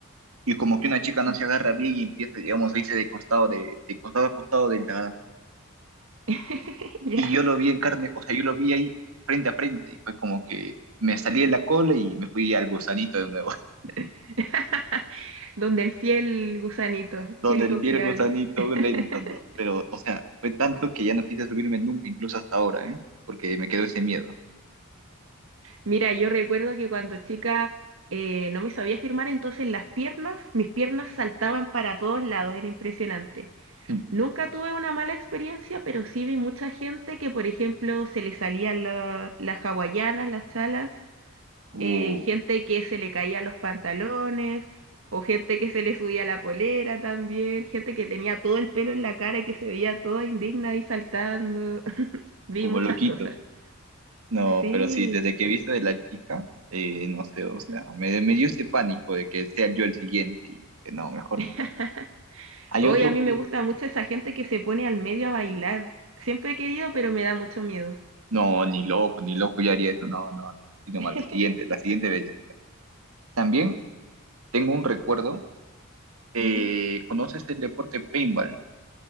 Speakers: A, on the right (about 90°); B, on the right (about 70°).
A: y como que una chica no
B: Mm.
A: se agarra bien y empieza, digamos, a irse de costado, de, de costado a costado del tagada.
B: <laughs> Ya.
A: Y yo lo vi en carne, o sea, yo lo vi ahí frente a frente y fue como que me salí de la cola y me fui al gusanito de nuevo, <laughs>
B: <laughs> Donde el fiel gusanito,
A: donde
B: fiel y
A: el
B: confiable.
A: pie del gusanito
B: <laughs>
A: lento, ¿no? Pero, o sea, fue tanto que ya no quise subirme nunca, incluso hasta ahora, ¿eh? Porque me quedó ese miedo.
B: Mira, yo recuerdo que cuando chica eh, no me sabía firmar, entonces las piernas, mis piernas saltaban para todos lados, era impresionante.
A: <laughs>
B: Nunca tuve una mala experiencia, pero sí vi mucha gente que, por ejemplo, se le salían la- las hawaianas, las chalas,
A: Uh.
B: eh, gente que se le caían los pantalones, o gente que se le subía la polera también, gente que tenía todo el pelo en la cara y que se veía toda indigna ahí saltando. <laughs> Vi
A: como
B: muchas
A: loquito.
B: cosas.
A: No,
B: Sí.
A: pero sí, desde que he visto de la chica, eh, no sé, o
B: Ujú.
A: sea, me, me dio ese pánico de que sea yo el siguiente y que no, mejor
B: <laughs>
A: no. Hay
B: Hoy
A: otro
B: a mí
A: que,
B: me gusta mucho esa gente que se pone al medio a bailar. Siempre he querido, pero me da mucho miedo.
A: no, ni loco, ni loco yo haría eso, no, no, no, sino
B: <laughs>
A: más la siguiente, la siguiente bella será. También tengo un recuerdo, eh,
B: Ujú.
A: ¿conoces el deporte paintball?